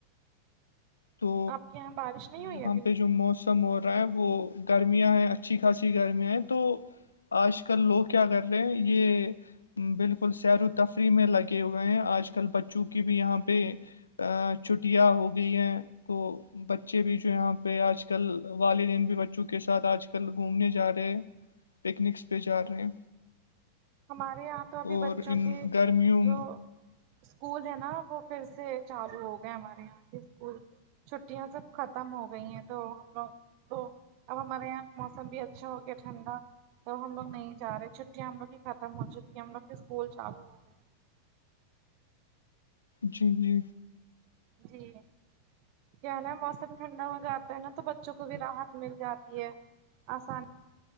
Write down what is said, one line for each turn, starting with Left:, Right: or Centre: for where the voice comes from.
Left: تو
Right: آپ کے یہاں بارش نہیں ہوئی
Left: یہاں
Right: ابھی
Left: پہ جو موسم م ہو رہا ہے وہ گرمیاں ہیں اچھی خاصی گرمیاں ہیں تو آج کل لوگ کیا کر رہے ہیں یہ بالکل سیر و تفریح میں لگے ہوئے ہیں آج کل بچوں کی بھی یہاں پہ ا چھٹیاں ہو گئی ہیں تو بچے بھی جو یہاں پہ آج کل والدین بھی بچوں کے ساتھ آج کل کل گھومنے جا رہے ہیں پکنکس پہ جا رہے
Right: ہمارے یہاں تو ابھی
Left: اور
Right: بچوں
Left: ان
Right: کے
Left: گرمیوں
Right: جو اسکول ہے نا وہ پھر سے چالو ہو گئے ہمارے یہاں کے اسکول چھٹیاں سب ختم ہو گئی ہیں تو ہم لوگ تو اب ہمارے یہاں موسم بھی اچھا ہو گیا ٹھنڈا توب ہم لوگ نہیں جا رہے چھٹٹیں ہم لوگ کی ختم ہو چکی ہے ہم لوگ کے اسکول چالو ہو گئے
Left: جی جی
Right: جی کیا نا موسم ٹھنڈا ہو جاتا ہے نا تو بچوں کو بھی راحت مل جاتی ہے آسانی